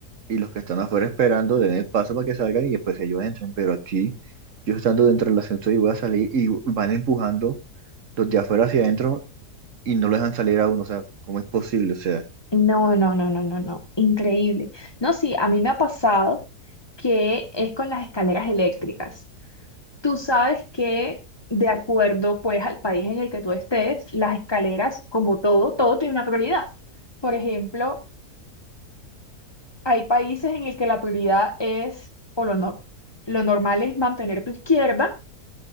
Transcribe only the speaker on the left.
No, no, no, no, no, no. Increíble. No, sí, a mí me ha pasado que es con las escaleras eléctricas. Tú sabes que de acuerdo pues al país en el que tú estés, las escaleras, como todo, todo tiene una prioridad. Por ejemplo, hay países en el que la prioridad es, o lo, no, lo normal es mantener tu izquierda